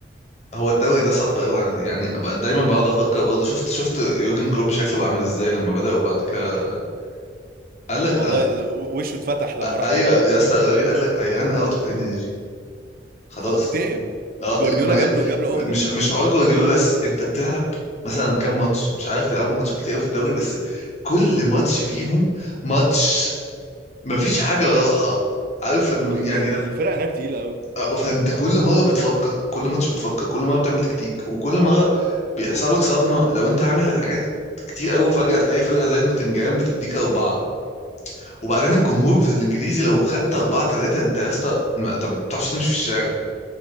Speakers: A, on the left; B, on the right.
A: هو الدوري ده صعب قوي يعني يعني أبقى دايما بقعد افكر برضه شفت شفت يورجن كلوب شكله بقى عامل ازاي لما بدأ وبعد كده قال لك
B: والله
A: آه
B: وشه اتفتح لما
A: آه،
B: راح
A: ايوه
B: ريد بول
A: يا اسطى الراجل قال لك اي ران اوت اوف انرجي خلاص
B: خلاص تعب
A: اه
B: جوارديولا
A: لا، ما
B: جاب له جاب له عقده
A: مش مش حوار جوارديولا بس انت بتلعب مثلا كام ماتش مش عارف بيلعبوا ماتشات كتير قوي في الدوري بس كل ماتش فيهم ماتش مفيش حاجة
B: امم
A: راحة عارف لما بي...
B: ال-
A: يعني
B: ال- الفرق هناك تقيله قوي
A: آه، فانت كل مره بتفكر كل ماتش بتفكر كل مره بتعمل تكتيك وكل مره بيحصل لك صدمه لو انت عامل حاجات كتير قوي فجاه تلاقي فرقه زي نوتنجهام بتديك اربعه وبعدين الجمهور الانجليزي لو خدت اربعه ثلاثه انت يا اسطى ما انت ما بتعرفش تمشي في الشارع